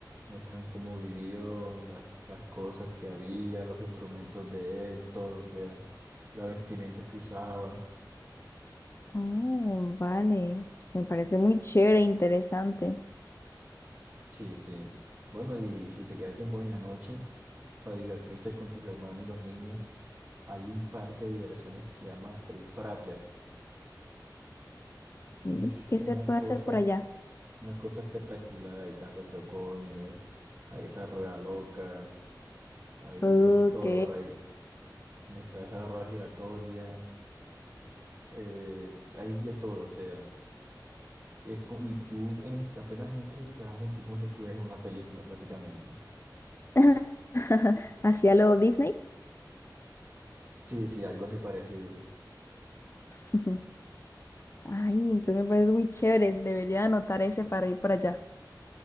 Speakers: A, on the right; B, on the left.
A: muestran cómo vivió, las, las cosas que había, los instrumentos de él, todo, o sea, la vestimenta que usaba.
B: Oh, vale. Me parece muy chévere e interesante.
A: Sí, sí. Bueno, y si te queda tiempo en la noche para divertirte con tus hermanos y los niños, hay un parque de diversiones que se llama el Prater.
B: Mm.
A: Es
B: ¿Qué
A: una
B: se puede
A: cosa,
B: hacer por allá?
A: una cosa espectacular. Hay carros chocones, hay esa rueda loca, hay
B: Ok.
A: de todo. Hay, está esa rueda giratoria, eh, hay de todo. O sea, es, co- y tú en- apenas entres, te vas a sentir como si estuvieras en una película prácticamente.
B: <laughs> ¿Hacia lo Disney?
A: Sí, sí, algo así parecido.
B: <laughs> Ay, entonces me parece muy chévere. Debería anotar ese para ir para allá.